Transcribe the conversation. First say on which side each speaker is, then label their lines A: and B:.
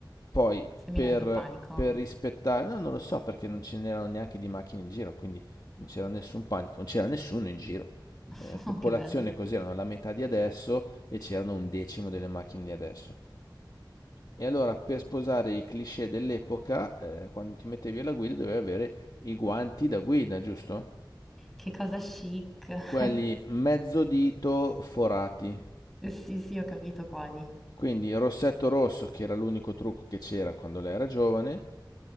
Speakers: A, on the left (about 55°); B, in the centre.
A: poi
B: seminando
A: per,
B: il panico.
A: per rispettare, no, non lo so perché non ce n'erano neanche di macchine in giro, quindi non c'era nessun panico, non c'era nessuno in giro.
B: <laughs>
A: Eh, popolazione
B: Che bello.
A: cos'erano la metà di adesso e c'erano un decimo delle macchine di adesso. E allora per sposare i cliché dell'epoca, eh, quando ti mettevi alla guida dovevi avere i guanti da guida, giusto?
B: Che cosa chic. <laughs>
A: Quelli mezzo dito forati.
B: Sì, sì, ho capito quali.
A: Quindi il rossetto rosso, che era l'unico trucco che c'era quando lei era giovane,